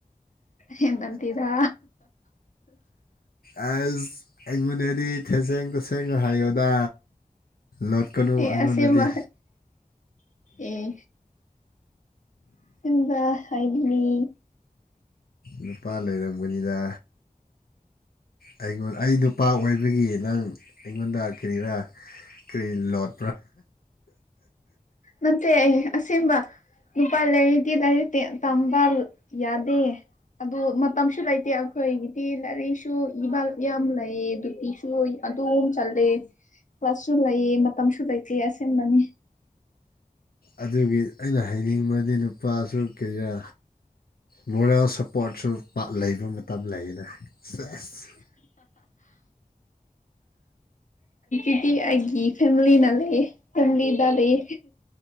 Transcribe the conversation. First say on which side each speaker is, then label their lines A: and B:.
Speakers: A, on the left (about 55°); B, on the left (about 85°).
A: ꯌꯦꯅꯇꯤꯗ
B: ꯑꯖ ꯑꯩꯉꯣꯟꯗꯗꯤ ꯊꯦꯁꯦꯡ ꯇꯁꯦꯡꯅ ꯍꯥꯏꯌꯣꯗ ꯂꯣꯠꯀꯅꯨ
A: ꯑꯦ
B: ꯑꯩꯉꯣꯟꯗꯗꯤ
A: ꯑꯁꯦꯡꯕ ꯑꯦ ꯑꯁꯦꯡꯕ ꯍꯥꯏꯕꯅꯤ
B: ꯅꯨꯄꯥ ꯂꯩꯔꯝꯒꯅꯤꯗ ꯑꯩꯉꯣꯟ ꯑꯩ ꯅꯨꯄꯥ ꯑꯣꯏꯕꯒꯤ ꯅꯪ ꯑꯩꯉꯣꯟꯗ ꯀꯔꯤꯔꯥ ꯀꯔꯤ ꯂꯣꯠ
A: ꯃꯠꯇꯦ ꯑꯁꯤꯁꯝꯕ ꯂꯨꯄꯥ ꯂꯩꯥꯏꯔꯤꯗꯤ ꯂꯥꯏꯔꯤꯛ ꯇꯝꯕ ꯌꯥꯗꯦ ꯑꯗꯨ ꯃꯇꯝꯁꯨ ꯂꯩꯇꯦ ꯑꯩꯈꯣꯏꯒꯤꯗꯤ ꯂꯥꯏꯔꯤꯛꯁꯨ ꯏꯃꯥ ꯌꯥꯝ ꯂꯩ ꯑꯗꯨꯒꯤꯁꯨ ꯑꯗꯨꯝ ꯆꯠꯂꯦ ꯀ꯭ꯂꯁꯁꯨ ꯂꯩꯌꯦ ꯃꯇꯝꯁꯨ ꯂꯩ ꯌꯦꯌꯥꯁꯦ ꯍꯕꯅꯤ
B: ꯑꯗꯨꯒꯤ ꯑꯩꯅ ꯍꯥꯏꯅꯤꯡꯕꯗꯤ ꯅꯨꯄꯥꯁꯨ ꯀꯌꯥ ꯃꯣꯔꯦꯜ ꯁꯞꯄꯣꯔꯠꯁꯨ ꯂꯩꯕ ꯃꯇꯝ ꯂꯩꯌꯦꯅ ꯁꯁ
A: ꯤꯗꯤ ꯍꯥꯏꯒꯤ ꯐꯦꯃꯤꯂꯤ ꯅ ꯂꯩꯦ ꯐꯦꯃꯤꯂꯤꯗ ꯂꯩꯦ